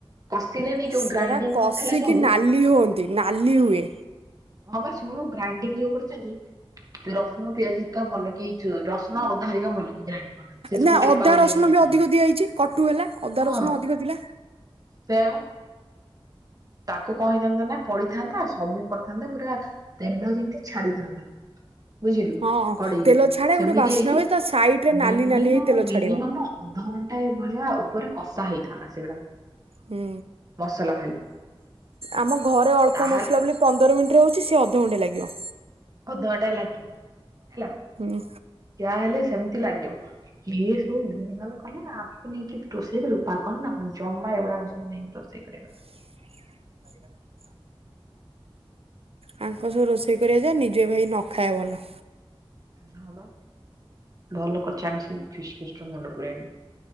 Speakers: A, on the right (about 40°); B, on the right (about 80°).
A: କଷିଲେନି
B: ସେଟା
A: ଯୋଉ ଗ୍ରାଇଣ୍ଡିଙ୍ଗ
B: କଷିକି
A: କରିଥିଲା ସବୁ
B: ନାଲି ହୁଅନ୍ତି ନାଲି ହୁଏ
A: ହଁ ବା ଶୁଣୁ ଗ୍ରାଇଣ୍ଡିଙ୍ଗ ଯୋଉ କରୁଛନ୍ତି ରସୁଣ ପିଆଜ ହରିକା ଭଲ କି ଯା ରସୁଣ ଅଧା ହାରିକା ଭଲ କି ଜାଣିପାରୁନାହାନ୍ତି ସେ ସବୁ
B: ନା
A: ଚୋପା
B: ଅଦା
A: ଏଡେ
B: ରସୁଣ
A: ଏଡି ଦେଖାଯାଉଛି
B: ବି ଅଧିକ ଦିଆହେଇଛି କଟୁ ହେଲା ଅଦା
A: ହଁ
B: ରସୁଣ ଅଧିକ ଥିଲା
A: ସେୟାବା ତାକୁ କହେଇଥାନ୍ତା ନା ପଡିିଥାନ୍ତା ସବୁ ପଡିଥାନ୍ତା ପୁରା ତେଲ ଯେମିତି ଛାଡିଥାନ୍ତା ବୁଝିଲୁ
B: ହଁ
A: କଡେଇରୁୁ
B: ତେଲ ଛାଡେ
A: ସେମିତି
B: ଗୋଟେ ବାସ୍ନା
A: ହେଇକି
B: ହୁଏ ତା ସାଇଡ ରେ ନାଲି
A: ମିନିମମ
B: ନାଲି ହେଇ ତେଲ
A: ମିନିମମ
B: ଛାଡିବ
A: ଅଧଘଣ୍ଟା ଟା ଏ ଭଳିଆ ଉପରେ କଷା ହେଇଥାନ୍ତା ସେଗୁଡା
B: ହୁଁ
A: ମସଲା ଖାଲି
B: ଆମ ଘରେ ଅଳ୍ପ
A: ତାହେଲେ
B: ମସଲା ବୋଲି ପନ୍ଦର ମିନିଟ ହଉଛି ସିଏ ଅଧଘଣ୍ଟେ ଲାଗିବ
A: ଅଧଘଣ୍ଟା ଏ ଲାଗିବ ହେଲା
B: ହୁଁ
A: ଯାହେଲେ ସେମିତି ଲାଗିବ ଇ ଏ ହଉୁ କଲେ ଆଗକୁ ନେଇକି ରୋଷେଇ କରିବୁ ପାଗଲ ନା କଣ ଜମା ଏଗୁଡ଼ାକ ସବୁ ନେଇକି ରୋଷେଇ କରିବାକଥା
B: <inaudible> ତାଙ୍କ ସବୁ ରୋଷେଇ କରିବା ଯା ନିଜେ ଭାଇ ନ ଖାଏ ଭଲ
A: ହଁ ବା ଭଲ କରିଛେ ଆମେ ସେ ଫିସ ଫିଷ୍ଟ ମୁଣ୍ଡ ପୁରାଇନ